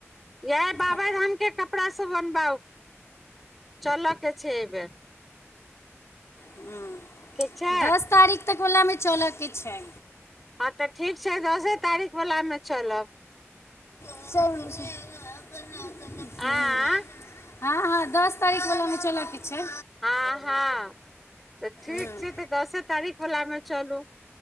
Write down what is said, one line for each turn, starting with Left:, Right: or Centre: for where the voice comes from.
Centre: <unintelligible>
Left: हँ,
Centre: कपड़ा सब बनबाउ चलऽ के छै ऐ बेर
Left: हुँ
Centre: ठीक छै
Left: दस तारीख तक ओला मे चलऽके छै
Centre: हँ तऽ ठीक छै दसे तारीख बलामे चलब
Left: <unintelligible>
Centre: आँ
Left: हँ हँ दस तारीख बला मे चलऽके छै
Centre: हँ हँ तऽ ठीक
Left: हँ
Centre: छै तऽ दसे तारीख बला मे चलु